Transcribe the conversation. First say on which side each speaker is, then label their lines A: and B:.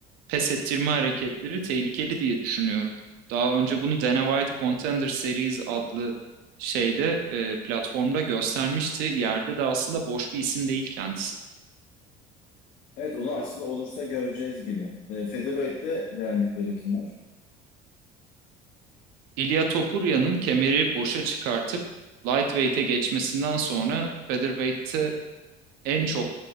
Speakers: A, on the right (about 75°); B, on the left (about 60°).
A: pes ettirme hareketleri tehlikeli diye düşünüyorum. Daha önce bunu Dana White Contender Series adlı şeyde e, platformda göstermişti. Yerde de aslında boş bir isim değil kendisi.
B: Evet onu aslında olursa göreceğiz gibi. E, Featherweight'te beğendiklerinkiler.
A: Ilia Topuria'nın kemeri boşa çıkartıp lightweight'e geçmesinden sonra featherweight'te en çok